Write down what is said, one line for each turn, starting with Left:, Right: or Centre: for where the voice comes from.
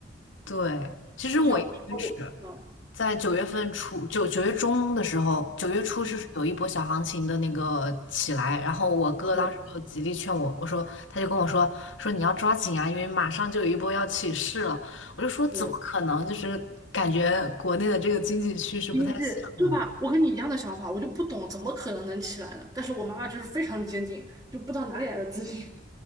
Left: 对，
Right: <laughs>
Left: 其实我一开始。
Right: 你少至少 <laughs> 我，嗯，
Left: 在九月份初，九九月中的时候，九月初是有一波小行情的那个起来，
Right: 嗯
Left: 然后我哥当时就极力劝我，
Right: 对
Left: 我说他就跟我说说你要抓紧啊，因为马上就有一波要起势了。我就说怎么可能？
Right: 对，
Left: 就是感觉国内的这个经济趋势不太像嘛。
Right: 经济对吧？我跟你一样的想法，我就不懂怎么可能能起来呢？但是我妈妈就是非常坚定，就不知道哪里来的自信。